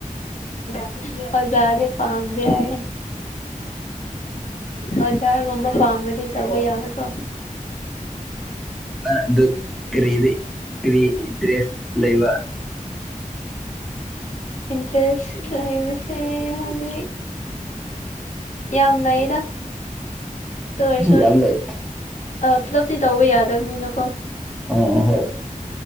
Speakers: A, on the left; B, in the centre.
A: <unintelligible> ꯑꯣꯖꯥꯗꯤ ꯄꯥꯝꯗꯦ ꯍꯥꯏꯌꯦ ꯑꯣꯖꯥꯒꯨꯝꯕ ꯄꯥꯝꯃꯗꯤ ꯇꯧꯕ ꯌꯥꯕꯀꯣ
B: ꯅꯪ ꯑꯗꯨ ꯀꯔꯤꯗꯤ ꯀꯔꯤ ꯏꯟꯇꯔꯦꯁ ꯂꯩꯕ
A: ꯏꯟꯇꯔꯦꯁ ꯂꯩꯕꯁꯦ ꯍꯧꯖꯤꯛ ꯌꯥꯝ ꯂꯩꯗ ꯇꯨ ꯑꯣꯏꯔꯁꯣꯏ
B: ꯌꯥꯝ ꯂꯩ
A: ꯑ ꯄꯨꯂꯞꯇꯤ ꯇꯧꯕ ꯌꯥꯗꯕꯅꯤꯅꯀꯣ
B: ꯑ ꯍꯣꯏ